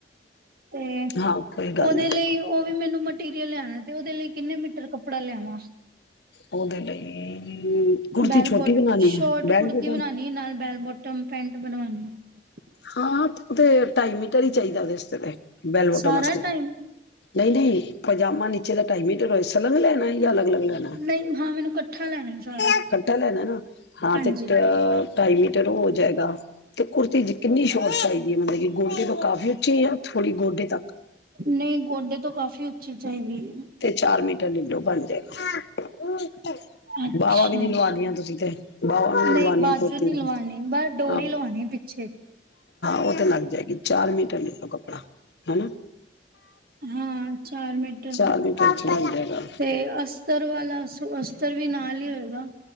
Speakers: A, on the right (about 55°); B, on the left (about 70°).
A: ਤੇ
B: ਹਾਂ ਕੋਈ ਗੱਲ
A: ਉਹਦੇ
B: ਨੀ
A: ਲਈ ਉਹ ਵੀ ਮੈਨੂੰ ਮਾਟੀਰਲ ਲਿਆਣਾ ਤੇ ਉਹਦੇ ਲਈ ਕਿੰਨੇ ਮੀਟਰ ਕੱਪੜਾ ਲਿਆਵਾ
B: ਉਹਦੇ ਲਈ ਕੁੜਤੀ
A: ਬੈਲਬੋਟ
B: ਛੋਟੀ ਬਣਾਉਣੀ
A: ਸ਼ੋਰਟ
B: ਹੈ ਬੈਲ
A: ਕੁੜਤੀ
B: ਬੋਟਮ
A: ਬਣਾਉਣੀ ਨਾਲ ਬੈਲਬੋਟ ਟਮ ਪੈਂਟ ਬਣਵਾਉਣੀ ਆ।
B: ਹਾਂ ਔ ਤੇ ਢਾਈ ਮੀਟਰ ਹੀ ਚਾਹੀਦਾ ਉਹਦੇ ਤੇ ਬੈਲਮੋਟ
A: ਸਾਰਾ
B: ਵਾਸਤੇ,
A: ਟਾਈਮ
B: ਨਹੀਂ ਨਹੀਂ ਪਜਾਮਾ ਨੀਚੇ ਦਾ ਟਾਈ ਮੀਟਰ ਰੋਏ, ਸਲਗ ਲੈਣਾ ਈ, ਕੇ ਅਲੱਗ ਅਲੱਗ। ਲੈਣਾ,
A: ਨਹੀਂ ਹਾਂ ਮੈਨੂੰ ਇਕੱਠਾ ਲੈਣਾ ਸਾਰਾ
B: ਇਕੱਠਾ ਲੈਣਾ ਨਾ, ਹਾਂ
A: ਹਾਂਜੀ
B: ਤੇ ਔ ਢਾਈ ਮੀਟਰ ਉਹ ਹੋ ਜਾਏਗਾ। ਤੇ ਕੁੜਤੀ ਜੀ ਕਿੰਨੀ ਸ਼ੋਟ ਚਾਹੀਦੀ ਏ, ਮਤਲਬ ਗੋਡੇ ਤੋਂ ਕਾਫ਼ੀ ਉੱਚੀ ਹੈ। ਥੋੜੀ ਗੋਡੇ ਤੱਕ
A: ਨਹੀਂ ਗੋਡੇ ਤੋਂ ਕਾਫ਼ੀ ਉੱਚੀ ਚਾਹੀਦੀ ਏ।
B: ਤੇ ਚਾਰ ਮੀਟਰ ਲੈਲੋਂ ਬਣ ਜਾਏਗਾ।
A: ਅੱਛਾ
B: ਬਾਵਾ ਵੀ ਨੀ ਲਵਾਨੀਆਂ ਤੁਸੀਂ ਤੇ, ਬਾਵਾ ਵੀ
A: ਨਹੀਂ
B: ਨੀ ਲਵਾਨੀਆ
A: ਬਾਜੂ
B: ਕੁੜਤੀ
A: ਨੀ ਲਵਾਣੀ
B: ਦੀ
A: ਬਸ ਡੋਰੀ
B: ਹਾਂ
A: ਲਵਾਣੀ ਪਿੱਛੇ
B: ਔ ਤੇ ਲੱਗ ਜਾਏਗੀ, ਚਾਰ ਮੀਟਰ ਲਿਖ ਲੋ ਕੱਪੜਾ, ਹੈ ਨਾ
A: ਹਾਂ ਚਾਰ ਮਿੰਟਰ
B: ਚਾਰ ਮੀਟਰ ਚ ਲੱਗ ਜਾਏਗਾ
A: ਤੇ ਅਸਤਰ ਵਾਲਾ ਸ ਉਤਰ ਵੀ ਨਾਲ ਹੀ ਦਾ